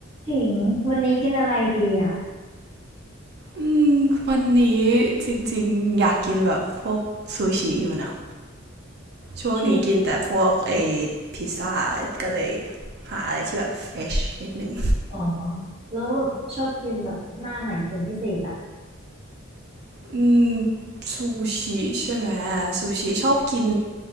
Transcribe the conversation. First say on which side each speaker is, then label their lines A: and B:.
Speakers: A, on the right (about 30°); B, on the right (about 55°).
A: ถิงวันนี้กินอะไรดีอ่ะ
B: อืมวันนี้จริงๆอยากกินแบบพวกซูชิอยู่นะช่วงนี้กินแต่พวกไอ
A: ชื่อ
B: พิซซ่าก็เลยหาอะไรที่แบบเฟรชนิดนึง
A: อ๋อแล้วแบบชอบกินแบบหน้าไหนเป็นพิเศษอ่ะ
B: อืมซูชิใช่ไหมซูชิชอบกิน